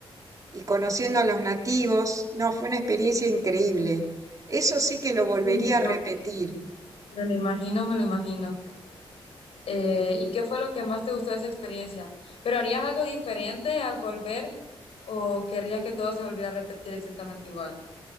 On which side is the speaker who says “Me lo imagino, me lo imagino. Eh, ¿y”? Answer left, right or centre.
Left